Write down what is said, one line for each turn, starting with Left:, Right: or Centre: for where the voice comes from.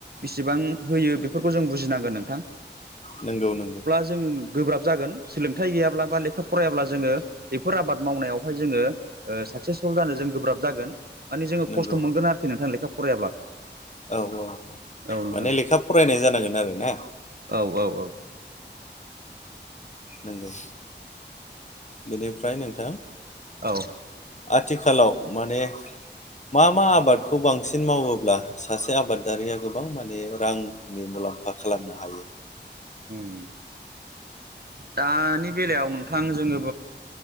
Right: बेसेबां होयो बेफोरखौ जों बुजिनांगोन नोंथां
Left: नंगौ नंगौ
Right: ज गोब्राब जागोन सोलोंथाइ गैाब्ला बा लेखा फरायाब्ला जोङो बेफोर आबाद मावनायाव बेवहाय जोङो साक्सेसफुल जानो जों गोब्राब जागोन मान जोङो
Left: नंगौ
Right: खस्थ'गोन आरोखि नोंथां लेखा फरायाब्ला
Left: औ औ
Right: औ नोंथां
Left: माने लेखा फरायनाय जानांगोन आरो ना
Right: औ औ औ
Left: नंगौ बेनिफ्राय नोंथां
Right: औ
Left: आथिखालाव माने मा मा आबादखौ बांसिन मावोब्ला सासे आबादारिया गोबां माने रांनि मुलाम्फा खालामनो हायो
Right: उम दानि बेलायाव नोंथां जोङो